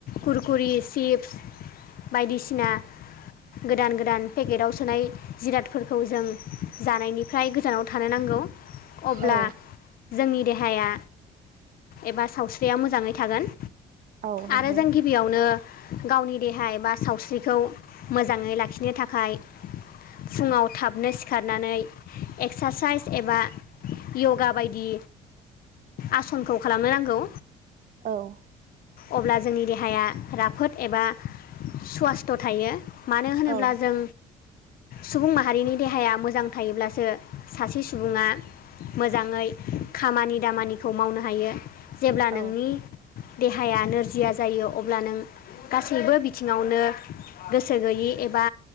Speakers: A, on the left; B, on the right.
A: खुरखुरि चिप्स बायदिसिना गोदान गोदान पेकेटआव सोनाय जिरादफोरखौ जों जानायनिफ्राय गोजानाव थानो नांगौ। अब्ला
B: औ
A: जोंनि देहाया एबा सावस्रिया मोजाङै थागोन।
B: औ नंगौ
A: आरो जों गिबियावनो गावनि देहा एबा सावस्रिखौ मोजाङै लाखिनो थाखाय फुङाव थाबनो सिखारनानै एक्सारसाइस एबा योगा बायदि आसनखौ खालामनो नांगौ।
B: औ
A: अब्ला जोंनि देहाया राफोद एबा स्वासथ' थायो। मानो होनोब्ला
B: औ
A: जों सुबुं माहारिनि देहाया मोजां थायोब्लासो सासे सुबुङा मोजाङै खामानि दामानिखौ मावनो हायो जेब्ला नोंनि
B: औ
A: देहाया नोरजिया जायो अब्ला नों गासैबो बिथिङावनो गोसो गैयि एबा